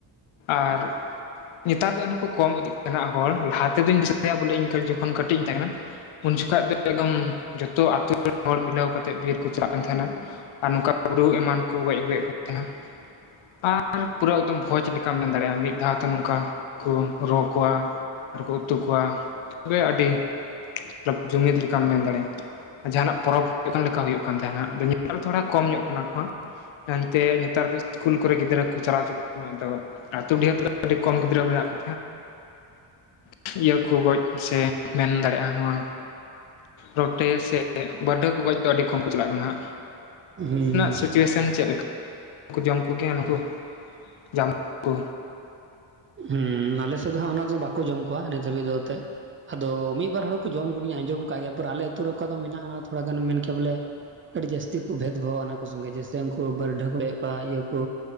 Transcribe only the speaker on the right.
ᱦᱩᱸ
ᱦᱩᱸ ᱟᱞᱮ ᱥᱮᱫ ᱫᱚ ᱦᱟᱸᱜ ᱚᱱᱟ ᱠᱚ ᱫᱚ ᱵᱟᱠᱚ ᱡᱚᱢ ᱠᱚᱣᱟ ᱱᱤᱛ ᱦᱟᱹᱵᱤᱡ ᱫᱚ ᱛᱮ ᱟᱫᱚ ᱢᱤᱫ ᱵᱟᱨ ᱦᱚᱲ ᱠᱚ ᱡᱚᱢ ᱠᱚᱜᱤᱭᱟ ᱟᱸᱡᱚᱢ ᱠᱟᱜ ᱜᱮᱭᱟ ᱯᱟᱨ ᱟᱞᱮ ᱟᱹᱛᱩ ᱨᱮ ᱚᱠᱟ ᱢᱮᱱᱟᱜ-ᱟ ᱚᱱᱟ ᱛᱷᱚᱲᱟ ᱜᱟᱱᱮᱢ ᱢᱮᱱ ᱠᱮᱭᱟ ᱵᱚᱞᱮ ᱟᱹᱰᱤ ᱡᱟᱹᱥᱛᱤ ᱠᱩ ᱵᱷᱮᱫᱽ ᱵᱷᱟᱣ ᱚᱱᱟ ᱠᱩ ᱥᱚᱸᱜᱮ ᱡᱮᱥᱮ ᱩᱱᱠᱩ ᱵᱟᱹᱨᱰᱷᱟᱹ <inaudible> ᱠᱚᱣᱟ ᱤᱭᱟᱹ ᱠᱩ